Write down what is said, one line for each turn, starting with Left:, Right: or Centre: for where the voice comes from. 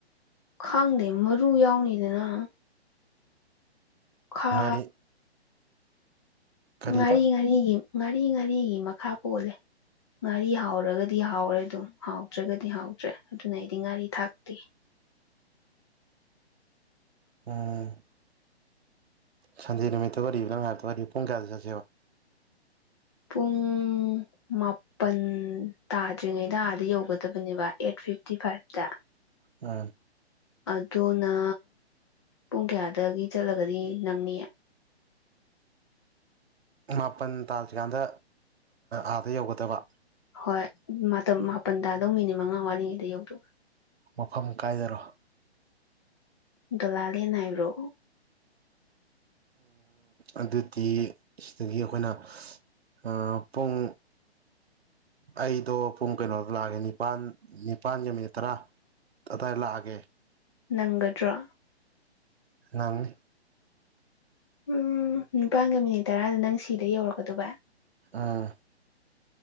Left: ꯈꯥꯡꯗꯦ ꯃꯔꯨ ꯌꯥꯎꯅꯤꯗꯅ ꯈꯥ
Right: ꯉꯥꯔꯤ ꯀꯔꯤꯕ
Left: ꯉꯥꯔꯤ ꯉꯥꯔꯤꯒꯤ ꯉꯥꯔꯤ ꯉꯥꯔꯤꯒꯤ ꯃꯈꯥ ꯄꯣꯜꯂꯦ ꯉꯥꯔꯤ ꯍꯥꯎꯔꯒꯗꯤ ꯍꯥꯎꯔꯦ ꯑꯗꯨꯝ ꯍꯥꯎꯗ꯭ꯔꯒꯗꯤ ꯍꯥꯎꯗ꯭ꯔꯦ ꯑꯗꯨꯅ ꯑꯩꯗꯤ ꯉꯥꯔꯤ ꯊꯥꯛꯇꯦ
Right: ꯎꯝ ꯁꯟꯗꯦ ꯅꯨꯃꯤꯠꯇ ꯑꯣꯏꯔꯤꯕ ꯅꯪ ꯍꯥꯏꯇꯗ ꯋꯥꯔꯤꯔꯤꯕ ꯄꯨꯡ ꯀꯌꯥꯗ ꯆꯠꯁꯦꯕ
Left: ꯄꯨꯡ ꯃꯥꯄꯜ ꯇꯥꯗ꯭ꯔꯤꯉꯩꯗ ꯑꯥꯗ ꯌꯧꯒꯗꯕꯅꯦꯕ ꯑꯦꯠ ꯐꯤꯐꯇꯤ ꯐꯥꯏꯚꯇ
Right: ꯎꯝ
Left: ꯑꯗꯨꯅ ꯄꯨꯡ ꯀꯌꯥꯗꯒꯤ ꯆꯠꯂꯒꯗꯤ ꯅꯪꯅꯤꯌꯦ
Right: ꯃꯥꯄꯟ ꯇꯥꯗ꯭ꯔꯤꯀꯥꯟꯗ ꯑꯥꯗ ꯌꯧꯒꯗꯕ
Left: ꯍꯣꯏ ꯃꯥꯄꯜꯗꯗꯧ ꯃꯤꯅꯤꯠ ꯃꯉꯥ ꯋꯥꯂꯤꯉꯩꯗ ꯌꯧꯗ꯭ꯔꯥ
Right: ꯃꯐꯝ ꯀꯥꯏꯗꯔꯣ
Left: ꯗꯂꯥꯜꯦ ꯅꯥꯏꯔꯣ
Right: ꯑꯗꯨꯗꯤ ꯁꯤꯗꯒꯤ ꯑꯩꯈꯣꯏꯅ ꯑꯄꯨꯡ ꯑꯩꯗꯣ ꯄꯨꯡ ꯀꯩꯅꯣꯗ ꯂꯥꯛꯑꯒꯦ ꯅꯤꯄꯥꯜ ꯅꯤꯄꯜꯒ ꯃꯤꯅꯤꯠ ꯇꯔꯥ ꯑꯗꯥꯏ ꯂꯥꯛꯑꯒꯦ
Left: ꯅꯪꯒꯗ꯭ꯔꯥ
Right: ꯅꯪ
Left: ꯎꯝ ꯅꯤꯄꯥꯟꯒ ꯃꯤꯅꯤꯠ ꯇꯔꯥꯗ ꯅꯪ ꯁꯤꯗ ꯌꯧꯔꯛꯀꯗꯕ
Right: ꯑꯥ